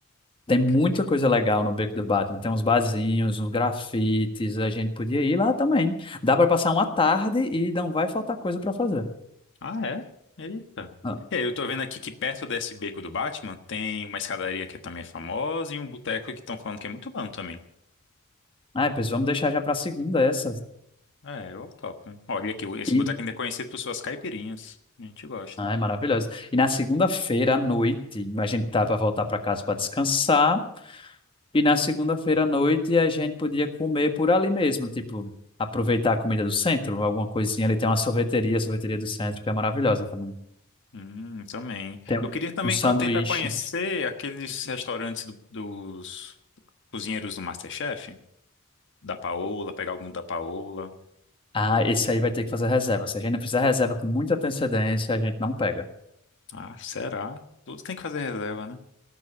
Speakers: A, on the left; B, on the left.
A: Tem
B: Que-
A: muita
B: que-
A: coisa legal no Beco do Batman. Tem uns barzinhos, uns grafites. A gente podia ir lá também. Dá para passar uma tarde e não vai faltar coisa para fazer.
B: Ah, é? Eita.
A: Ah,
B: E aí, eu tô vendo aqui que perto desse beco do Batman tem uma escadaria que também é famosa e um boteco que estão falando que é muito bom também.
A: Ai, pois vamos deixar já para segunda essa.
B: É, eu topo. Olha aqui, esse
A: E...
B: boteco ainda é conhecido por suas caipirinhas. A gente gosta.
A: Ai, maravilhoso. E na segunda-feira à noite, a gente tá para voltar para casa para descansar. E na segunda-feira à noite a gente podia comer por ali mesmo, tipo, aproveitar a comida do centro, alguma coisinha ali. Tem uma sorveteria, a sorveteria do centro, que é maravilhosa também.
B: Hum, também.
A: Tem um
B: Eu queria também
A: um sanduíche.
B: co- tentar conhecer aqueles restaurantes do- dos cozinheiros do MasterChef, da Paola, pegar algum da Paola.
A: Ah, esse aí vai ter que fazer reserva. Se a gente não fizer reserva com muita antecedência, a gente não pega.
B: Ah, será? Tudo tem que fazer reserva, né?